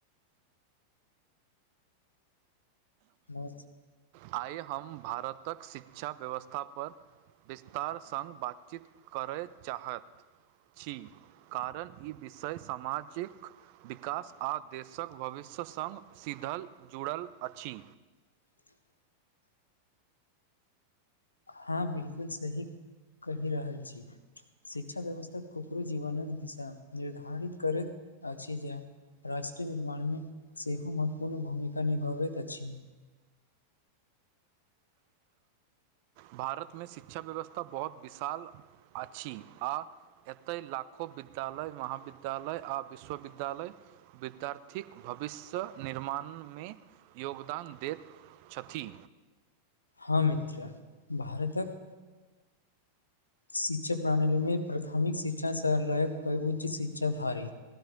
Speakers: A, on the left (about 75°); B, on the right (about 45°).
A: मसत
B: आइ हम भारतक शिक्षा व्यवस्थापर विस्तार सङ्ग बातचीत करय चाहैत छी कारण ई विषय सामाजिक विकास आ देशक भविष्य सङ्ग सीद्ध धल जुड़ल अछि
A: <unintelligible> हँ बिलकुल सही कहि रहल छी शिक्षा व्यवस्था कुकरो जीवनक दिशा निर्धारित करैत अछि जे राष्ट्र निर्माणमे सेहो महत्वपूर्ण भूमिका निभाबैत अछि
B: भारतमे शिक्षा व्यवस्था बहुत विशाल अछि आ एतय लाखो विद्यालय महाविद्यालय आ विश्वविद्यालय विद्यार्थीक भविष्य निर्माण मान मे योगदान दैत छथि
A: हँ मित्र भारतक शिक्षा प्रणाली मे प्राथमिक शिक्षा स लक उच्च शिक्षाधारी